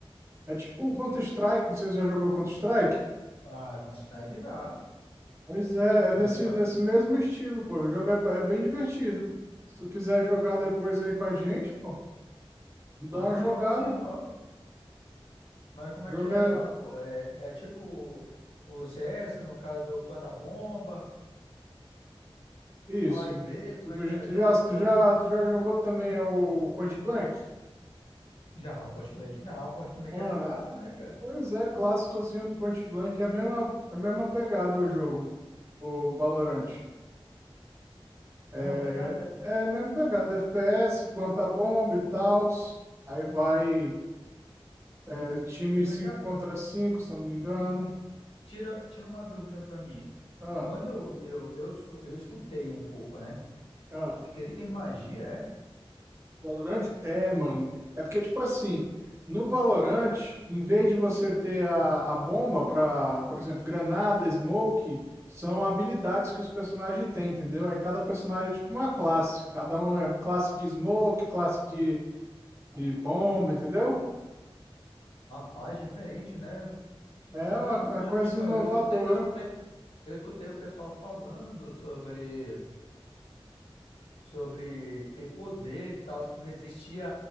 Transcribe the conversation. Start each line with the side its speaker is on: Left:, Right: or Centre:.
Right: É tipo o Counter-Strike. Não sei se você já jogou Counter-Strike.
Left: Ah, Counter-Strike já.
Right: Pois é, é
Left: Já
Right: nesse,
Left: joguei bastante.
Right: nesse mesmo estilo, pô. O jogo é, ba- é bem divertido. Se tu quiser jogar depois aí com a gente, pô, dá
Left: Não,
Right: uma jogada.
Left: jogo sim, jogo. Mas como
Right: O
Left: é
Right: jogo
Left: que é
Right: é
Left: lá, pô? É, é tipo o o CS, no caso, planta bomba,
Right: isso.
Left: A e B, como
Right: Tu,
Left: é
Right: tu,
Left: que é?
Right: tu
Left: Dá
Right: já,
Left: uma,
Right: tu
Left: dá...
Right: já, tu já jogou também é o Point Blank?
Left: Já, Point Blank já. Point Blank
Right: Mano,
Left: é clássico, né, cara?
Right: pois é, clássicozinho do Point Blank é a mesma, é a mesma pegada o jogo, o Valorant.
Left: Mesma
Right: É
Left: pegada, é?
Right: é a mesma pegada, FPS, planta bomba e tal. Aí vai é, time
Left: Mas,
Right: 5
Left: cara,
Right: contra 5, se eu não me engano.
Left: tira, tira uma dúvida pra mim.
Right: Ah,
Left: Quando eu, eu, eu, sou, eu escutei um pouco, né?
Right: ah.
Left: Que ele tem magia, é?
Right: Valorante? É, mano. É porque, tipo assim, no Valorante, em vez de você ter a, a bomba pra, por exemplo, granada, smoke, são habilidades que os personagens têm, entendeu? Aí cada personagem é tipo uma classe. Cada um é classe de smoke, classe de, de bomba, entendeu?
Left: Rapaz, diferente, né? Nunca,
Right: É uma,
Left: tinha-
Right: co-
Left: nunca tinha
Right: coisa
Left: visto, não.
Right: inovadora.
Left: Eu escutei, eu escutei, eu escutei o pessoal falando sobre, sobre ter poder e tal, que não existia